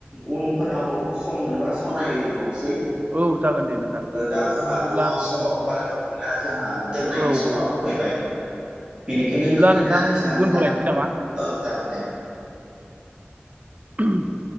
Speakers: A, on the right; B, on the right.
A: उनफोराव सम मोनोबा सावरायबावसै।
B: औ जागोन दे नोंथां
A: दा जोंहाथ'
B: बिदिब्ला
A: समाबो बारा गोबाव गैला जोंहा दोननायनि
B: औ
A: स
B: औ
A: माबो
B: नंगौ नंगौ
A: फैबाय। बेनिखायनो
B: बिदिब्ला
A: दोनथ'नाय
B: नोंथां
A: जाथोंसै नामा
B: दोनथ'लायनोसै
A: नोंथां?
B: नामा
A: ओं जागोन दे।
B: औ <inaudible>